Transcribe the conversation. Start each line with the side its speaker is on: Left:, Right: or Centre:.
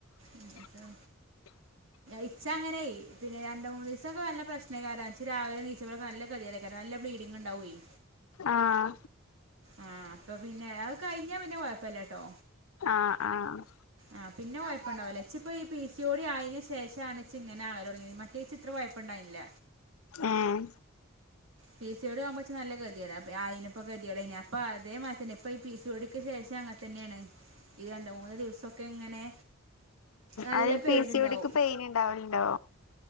Left: <inaudible>
Right: ഉം, ഇപ്പൊ ഇച്ച അങ്ങനായി പിന്നെ രണ്ട മൂന്ന് ദിവസൊക്കെ നല്ല പ്രശ്ന കാരാച്ച് രാവിലെ നീച്ചെ നല്ല കതിയെട നല്ല ബ്ലീഡിങ് ഉണ്ടാവേയ്
Left: ആഹ്
Right: ആഹ് അപ്പൊ പിന്നെ അത് കയിഞ്ഞാ പിന്നെ കുയപ്പില്ലാട്ടോ
Left: ആഹ് ആഹ്
Right: ആഹ് പിന്നെ കൊയപ്പണ്ടാവുല്ല ഇച്ച് പ്പ ഈ പി സി ഓടി ആയതിന ശേഷാണിച്ചി ഇങ്ങനെ ആകാ തുടങ്ങിയത് മറ്റേചിത്ര കൊയപ്പുണ്ടായിന്നില്ല
Left: ഏഹ്
Right: പി സിയോട് ആകുമ്പച്ച് നല്ല ഗതിയാണ് <unintelligible> ഇപ്പൊ ഗതികടെന്നെ അപ്പൊ അതേ മാരിത്തന്നെ ഇപ്പ ഈ പി സി ഓടിക്ക് ശേഷം അങ്ങന തന്നെയാണ് ഈ രണ്ട മൂന്ന് ദിവസൊക്കെ ഇങ്ങനെ നല്ല
Left: അയിന്
Right: പെയിൻ
Left: പി സി
Right: ഉണ്ടാവും
Left: ഓടിക്ക് പെയിൻ ഉണ്ടാവലുണ്ടോ